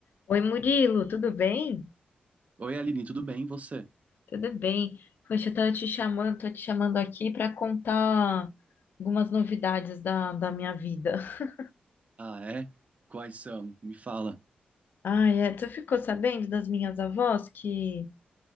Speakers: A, on the left; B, on the right.
A: Oi, Murilo, tudo bem?
B: Oi, Aline, tudo bem? E você?
A: Tudo bem. Poxa, eu tava te chamando, tô te chamando aqui para contar algumas novidades da, da minha vida. <laughs>
B: Ah, é? Quais são? Me fala.
A: Ah, é, tu ficou sabendo das minhas avós que